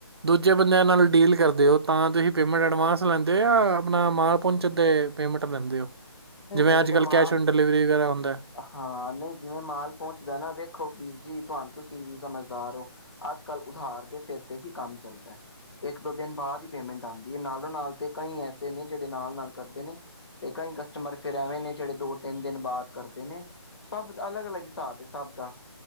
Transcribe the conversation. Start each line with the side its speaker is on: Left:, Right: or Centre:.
Right: ਦੂਜੇ ਬੰਦਿਆਂ ਨਾਲ ਡੀਲ ਕਰਦੇ ਹੋ ਤਾਂ ਤੁਸੀਂ ਪੇਮੈਂਟ ਐਡਵਾਂਸ ਲੈਂਦੇ ਹੋ ਜਾਂ ਆਪਣਾ ਮਾਲ ਪਹੁੰਚਣ ਤੇ ਪੇਮੈਂਟ ਲੈਂਦੇ ਹੋ
Left: ਨਹੀਂ
Right: ਜਿਵੇਂ
Left: ਨਹੀਂ
Right: ਅੱਜ
Left: ਜਦੋਂ
Right: ਕੱਲ੍ਹ
Left: ਮਾਲ
Right: ਕੈਸ਼ ਔਨ ਡਿਲੀਵਰੀ ਵਗੈਰਾ ਹੁੰਦਾ ਹੈ।
Left: ਹਾਂ ਨਹੀਂ ਜਿਵੇਂ ਮਾਲ ਪਹੁੰਚਦਾ ਨਾ ਵੇਖੋ ਵੀਰ ਜੀ ਤੁਹਾਨੂੰ ਤੁਸੀਂ ਵੀ ਸਮਝਦਾਰ ਹੋ ਅੱਜ ਕੱਲ੍ਹ ਉਧਾਰ ਦੇ ਸਿਰ ਤੇ ਹੀ ਕੰਮ ਚੱਲਦਾ ਹੈ ਇੱਕ ਦੋ ਦਿਨ ਬਾਅਦ ਹੀ ਪੇਮੈਂਟ ਆਉਂਦੀ ਹੈ ਨਾਲੋਂ ਨਾਲ ਤੇ ਕਈ ਐਸੇ ਨੇ ਜਿਹੜੇ ਨਾਲ ਨਾਲ ਕਰਦੇ ਨੇ ਤੇ ਕਈ ਕਸਟਮਰ ਫੇਰ ਐਵੇਂ ਨੇ ਜਿਹੜੇ ਦੋ ਤਿੰਨ ਦਿਨ ਬਾਅਦ ਕਰਦੇ ਨੇ ਸਭ ਅਲੱਗ ਅਲੱਗ ਹਿਸਾਬ ਦੇ ਸਭ ਦਾ